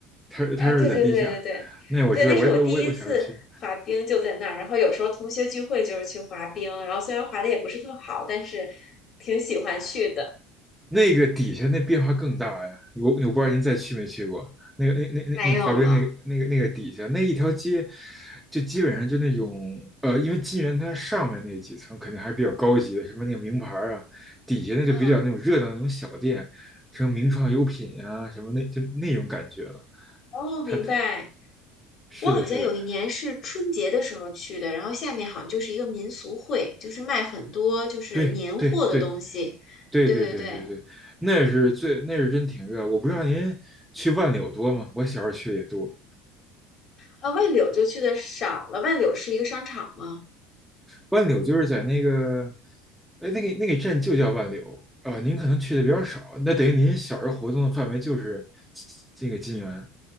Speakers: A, in the centre; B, on the left.
A: 它是它是在地下，
B: 啊，对对对对对对，
A: 那我知道，
B: 那是我第一次滑冰，
A: 我也我也我也我小时候去，
B: 就在那儿。然后有时候同学聚会就是去滑冰，然后虽然滑的也不是特好，但是挺喜欢去的。
A: 那个底下那变化更大呀！我我不知道您再去没去过那个那那那那滑冰那个那个那个底下那一条街，
B: 没有了。
A: 就基本上就那种呃，因为金源它上面那几层肯定还是比较高级的，什么那个名牌儿啊，底下那就比较那种热闹的那种小店，
B: 嗯，
A: 什么名创优品啊，什么那就那种感觉了。
B: 哦，明白。
A: 它是的，
B: 我好像有一年是春节的时候去的，
A: 是的，
B: 然后下面好像就是一个民俗会，就是卖很多就是年货的东西。
A: 对对对对对对对对，
B: 对对对，
A: 那是最那是真挺热。我不知道您去万柳多吗？我小时候去的也多。
B: 啊，万柳就去的少了。万柳是一个商场吗？
A: 万柳就是在那个，哎，那个那个镇就叫万柳啊、呃您可能去的比较少，那等于您小时候活动的范围就是这个金源，